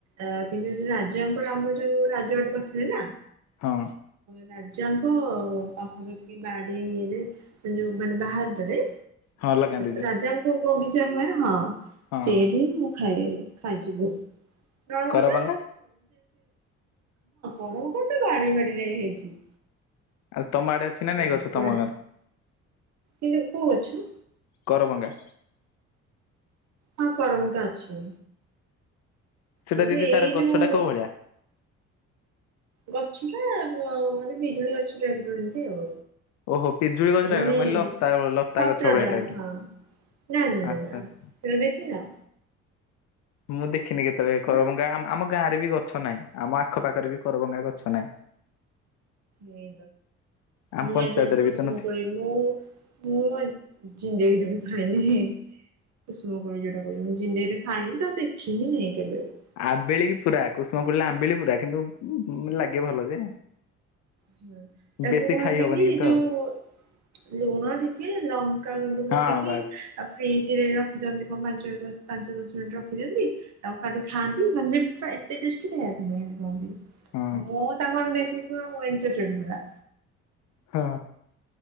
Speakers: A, on the right; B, on the left.
A: ଅ କିନ୍ତୁ ଯ ଯୋଉ ରାଜାଙ୍କର ଆମର ଯୋଉ ରାଜ ଆଟ ପାଖରେ ନା
B: ହଁ
A: ରାଜାଙ୍କ ପାଖାପାଖି ବାଡି ଇରେ ଯୋଉ ମାନେ ବାହାରରେ।
B: ହଁ ଲଗାନ୍ତି ଯୋଉ
A: ରାଜାଙ୍କ ବଗିଚା ପା ହଁ
B: ହଁ
A: ସେଠିଁ ମୁଁ ଖାଏ ଖାଇଛି ମୁଁ ତେ
B: କରବଙ୍ଗା
A: ହଁ କଣ <unintelligible> ତ ବାରି ବାରି ହେଇଛି।
B: ଆ ତମ ଆଡେ ଅଛି ନା ନାଇ
A: ଏଗୁଡା
B: ଗଛ ତମର।
A: କିନ୍ତୁ କୋଉ ଗଛ
B: କରମଙ୍ଗା।
A: ହଁ କରମଙ୍ଗା ଅଛି।
B: ସେଟା
A: କିନ୍ତୁ
B: ଦିଦି
A: ଏଇ
B: ତାର ଗଛଟା
A: ଯୋଉ
B: କୋଉ ଭଳିଆ?
A: ଗଛ ଟା ଅ ମାନେ ବିଜୁଳି ଗଛଟା ଟାଇପ୍ ର ଏମିତି ଆଉ।
B: ଓହୋ ପିଜୁଳି ଗଛ ଟାଇପ୍
A: ମାନେ
B: ର ମୁଁ ଭାବିଲି ଲତା ଲତା
A: ପତ୍ର
B: ଗଛ ଭଳିଆ
A: ଟା
B: ଟାଇପ୍ ର
A: ହଁ। ନା ନା
B: ଆଚ୍ଛା ଆଚ୍ଛା।
A: ସେମିତି ଦେଖିନ?
B: ମୁଁ ଦେଖିନି କେତେଳେ କରମଙ୍ଗା
A: ଆଁ,
B: ଆମ ଗାଁରେ ବି ଗଛ ନାହିଁ ଆମ ଆଖ ପାଖରେ ବି କରମଙ୍ଗା ଗଛ ନାହିଁ।
A: ଏଇ
B: ଆମ
A: ମୁଁ
B: ପଞ୍ଚାୟତରେ
A: ଏ ଯୋଉ କୁସୁମ
B: ବି ତ ନଥିବ।
A: କୋଳି। ମୁଁ ମୁଁ ଜିନ୍ଦେଗି ରେ ବି ଖଇନି। ଏ ସବୁ <unintelligible> ମୁଁ ଜିନ୍ଦେଗିରେ ଖାଇନି କି ଦେଖିନି ହିଁ କେବେ ବି।
B: ଆମ୍ବେଳି କି ପୁରା କୁସୁମ କୋଳି ଆମ୍ବେଳି ପୁରା କିନ୍ତୁ ଲାଗେ ଭଲ ଯେ
A: ହୁଁ ତାକୁ
B: ବେଶୀ
A: କହନ୍ତି
B: ଖାଇ ହବନି
A: କି
B: କିନ୍ତୁ
A: ଯୋଉ
B: ଆଉ
A: ଲୁଣ ଟିକେ ଲଙ୍କା ଗୁଣ୍ଡ ପକେଇକି
B: ହଁ ବାସ୍
A: ଆଉ ଫ୍ରିଜ ରେ ରଖି ଦିଅନ୍ତି କଣ ପାଞ୍ଚ ପାଞ୍ଚ ଦଶ ମିନିଟ ରଖି ଦିଅନ୍ତି ତା ପରେ ଖାଆନ୍ତି ମାନେ ପୁରା ଏତେ ଟେଷ୍ଟି <unintelligible>
B: ହଁ
A: ମୁଁ ତା ଦେଖିକିନା ଇମ୍ପ୍ରେସନ୍ ଟା।
B: ହଁ